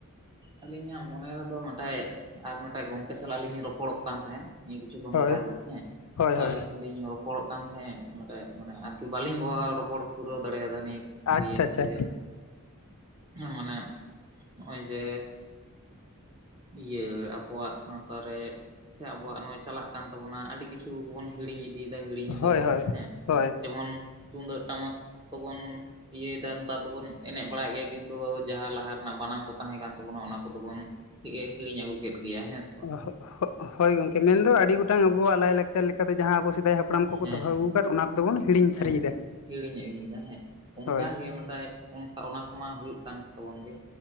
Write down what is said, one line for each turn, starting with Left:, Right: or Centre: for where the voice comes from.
Right: ᱟᱹᱞᱤᱧᱟᱜ ᱢᱚᱱᱮ ᱨᱮᱫᱚ ᱢᱤᱫᱴᱮᱡ ᱟᱨ ᱢᱤᱫᱴᱮᱡ ᱜᱚᱝᱠᱮ ᱥᱟᱞᱟᱜ ᱞᱤᱧ ᱨᱚᱯᱚᱲᱚᱜ ᱠᱟᱱ ᱛᱟᱦᱮᱸᱫ ᱾ ᱢᱤᱫ ᱠᱤᱪᱷᱩ ᱠᱷᱚᱱ
Left: ᱦᱳᱭ
Right: ᱞᱟᱦᱟ ᱜᱮ ᱦᱮᱸ
Left: ᱦᱳᱭ
Right: ᱛᱚ
Left: ᱦᱳᱭ
Right: ᱟᱹᱞᱤᱧ ᱞᱤᱧ ᱨᱚ ᱯᱚᱲᱚᱜ ᱠᱟᱱ ᱛᱟᱦᱮᱸᱫ ᱱᱚᱰᱮ ᱢᱟᱱᱮ ᱟᱨᱠᱤ ᱵᱟᱹᱞᱤᱧ ᱜᱚᱣᱟᱣ ᱨᱚᱯᱚᱲ ᱯᱩᱨᱟᱹᱣ ᱫᱟᱲᱮᱭᱟᱫᱟ ᱱᱤᱭᱟᱹᱴ
Left: ᱟᱪᱪᱷᱟ
Right: ᱫᱤᱭᱮ
Left: ᱟᱪᱪᱷᱟ
Right: ᱡᱮ ᱢᱟᱱᱮ ᱱᱚᱜᱚᱭ ᱡᱮ ᱤᱭᱟᱹ ᱟᱵᱚᱣᱟᱜ ᱥᱟᱶᱛᱟ ᱨᱮ ᱥᱮ ᱟᱵᱚᱣᱟᱜ ᱱᱚᱜᱚᱭ ᱪᱟᱞᱟᱜ ᱠᱟᱱ ᱛᱟᱵᱚᱱᱟ ᱟᱹᱰᱤ ᱠᱤᱪ ᱪᱷᱩ ᱜᱮᱵᱚᱱ ᱦᱤᱲᱤᱧ ᱤᱫᱤᱭᱮᱫᱟ ᱦᱤᱲᱤᱧ
Left: ᱦᱳᱭ
Right: ᱫᱟᱵᱚᱱ
Left: ᱦᱳᱭ
Right: ᱦᱮᱸ
Left: ᱦᱳᱭ
Right: ᱡᱮᱢᱚᱱ ᱛᱩᱢᱫᱟᱹᱜ ᱴᱟᱢᱟᱠᱭ ᱠᱚᱵᱚᱱ ᱤᱭᱟᱹᱭᱫᱟ ᱱᱮᱛᱟᱨ ᱫᱚᱵᱚᱱ ᱮᱱᱮᱡ ᱵᱟᱲᱟᱭ ᱜᱮᱭᱟ ᱠᱤᱱᱛᱩ ᱡᱟᱦᱟᱸ ᱞᱟᱦᱟ ᱨᱮᱱᱟᱜ ᱵᱟᱱᱟᱢ ᱠᱚ ᱛᱟᱦᱮᱸ ᱠᱟᱱ ᱛᱟᱵᱚᱱᱟ ᱚᱱᱟ ᱠᱚᱫᱚ ᱵᱚᱱ ᱮ ᱦᱤᱨᱤᱧ ᱟᱹᱜᱩ ᱠᱮᱫ ᱜᱮᱭᱟ ᱦᱮᱸᱥᱮ?
Left: ᱚᱦᱚ ᱚᱦᱚ ᱦᱳᱭ ᱜᱚᱝᱠᱮ ᱢᱮᱱᱫᱚ ᱟᱹᱰᱤ ᱜᱚᱴᱟᱝ ᱟᱵᱚᱣᱟᱜ ᱞᱟᱭᱼᱞᱟᱠᱪᱟᱨ ᱞᱮᱠᱟᱛᱮ ᱡᱟᱦᱟᱸ ᱟᱵᱚ ᱥᱮᱫᱟᱭ ᱦᱟᱯ ᱯᱲᱟᱢ ᱠᱚᱠᱚ
Right: ᱦᱮᱸ
Left: ᱫᱚᱦᱚ ᱟᱜᱩ ᱠᱟᱫ ᱚᱱᱟ ᱠᱚᱫᱚᱵᱚᱱ ᱦᱤᱲᱤᱧ
Right: ᱦᱮᱸ
Left: ᱥᱟᱹᱨᱤᱭᱮᱫᱟ
Right: ᱦᱤᱲᱤᱧ ᱮᱫ ᱜᱮᱭᱟ ᱦᱮᱸ ᱾ ᱚᱱᱠᱟᱜᱮ
Left: ᱦᱳᱭ
Right: ᱢᱤᱫᱴᱟᱡ ᱚᱱᱠᱟ ᱚᱱᱟ ᱠᱚᱢᱟ ᱦᱩᱭᱩᱜ ᱠᱟᱱ ᱛᱟᱵᱚᱱ ᱜᱮ